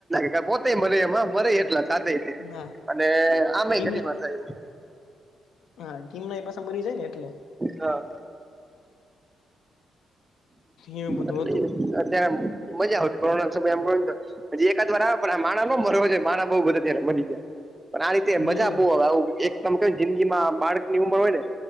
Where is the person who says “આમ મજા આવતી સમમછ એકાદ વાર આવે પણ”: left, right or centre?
Right